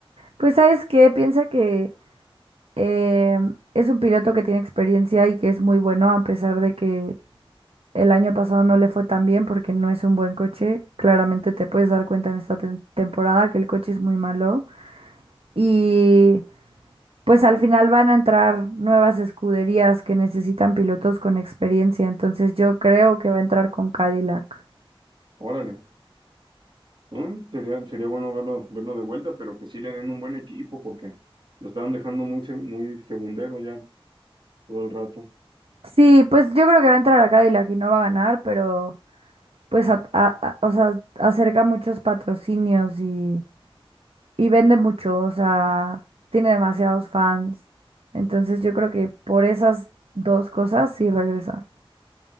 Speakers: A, on the right; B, on the right.
A: Pues, ¿sabes qué? Piensa que eh, es un piloto que tiene experiencia y que es muy bueno, a pesar de que el año pasado no le fue tan bien porque no es un buen coche. Claramente te puedes dar cuenta en esta tem- temporada que el coche es muy malo. Y Pues al final van a entrar nuevas escuderías que necesitan pilotos con experiencia, entonces yo creo que va a entrar con Cadillac.
B: Órale. Mm, Sería, sería bueno verlo, verlo de vuelta, pero que sí le den un buen equipo porque lo estaban dejando muy, se- muy segundero ya todo el rato.
A: Sí, pues yo creo que va a entrar a Cadillac y no va a ganar, pero pues a- a- a- o sea, acerca muchos patrocinios y, y vende mucho, o sea, tiene demasiados fans. Entonces yo creo que por esas dos cosas sí regresa.